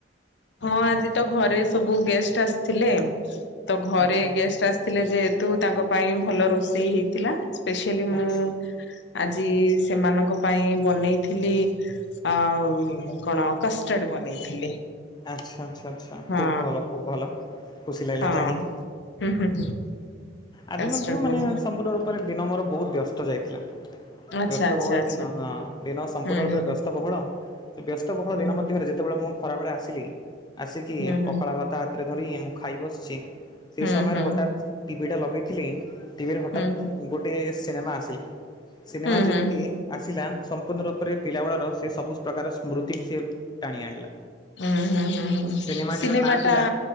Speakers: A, on the left (about 70°); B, on the left (about 25°).
A: ହଁ ଆଜି ତ ଘରେ ସବୁ ଗେଷ୍ଟ ଆସିଥିଲେ। ତ ଘରେ
B: ଆଚ୍ଛା ଆଚ୍ଛା
A: ଗେଷ୍ଟ ଆସିଥିଲେ ଯେହେତୁ, ତାଙ୍କ ପାଇଁ ଭଲ ରୋଷେଇ ହେଇଥିଲା। ସ୍ପେସିଆଲି ମୁଁ
B: ଆଚ୍ଛା
A: ଆଜି ସେମାନଙ୍କ ପାଇଁ ବନେଇଥିଲି ଆଉ, କଣ କଷ୍ଟାର୍ଡ଼ ବନେଇଥିଲି।
B: ଆଚ୍ଛା ଆଚ୍ଛା ଆଚ୍ଛା
A: ହଁ
B: ଖୁବ ଭଲ ଖୁବ ଭଲ। ଖୁସି ଲାଗିଲା
A: ହଁ
B: ଜାଣିକି,
A: ହୁଁ ହୁଁ ହୁଁ
B: ଆଜି
A: କାଷ୍ଟର୍ଡ
B: ମଧ୍ୟ ମାନେ
A: ବାଲି
B: ସମ୍ପୂର୍ଣ୍ଣ ରୂ ପରେ ଦିନ ମୋର ବହୁତ ବ୍ୟସ୍ତ ଯାଇଥିଲା।
A: ଆଚ୍ଛା
B: ବ୍ୟସ୍ତ
A: ଆଚ୍ଛା
B: ବହୁଳ
A: ଆଚ୍ଛା
B: ଦିନ ହଁ ଦିନ ସମ୍ପୂର୍ଣ
A: ହୁଁ
B: ରୂପେ ବ୍ୟସ୍ତ ବହୁଳ, ବ୍ୟସ୍ତ ବହୁଳ
A: ହୁଁ
B: ଦିନ ମଧ୍ୟ ରେ ଯେତେବେଳେ ମୁଁ ଖରାବେଳେ ଆସିଲି, ଆସିକି
A: ହୁଁ
B: ପଖାଳ ଭା ତା ହାତରେ ଧରିି ମୁଁ ଖାଇ ବସିଛି, ସେ
A: ହୁଁ
B: ସମୟରେ
A: ହୁଁ
B: ହଠାତ୍ ଟିଭି ଟା ଲଗେଇଥିଲି। ଟିଭିରେ
A: ହୁଁ
B: ହଠାତ୍
A: ହୁଁ।
B: ଗୋଟିଏ ସିନେମା ଆସିଲା, ସିନେମା
A: ହୁଁ
B: ଯେମିତି
A: ହୁଁ ହୁଁ
B: ଆସିଲା, ସମ୍ପୂର୍ଣ୍ଣ ରୂପରେ ପିଲାବେଳର ସେ ସବୁ ପ୍ରକାର ସ୍ମୃତିକୁ ସିଏ ଟାଣି ଆଣିଲା।
A: ହୁଁ ହୁଁ ହୁଁ ହୁଁ ହୁଁ ହୁଁ
B: ସିନେମାଟିର
A: ସିନେମା
B: ନାଁ
A: ଟା
B: ଥିଲା,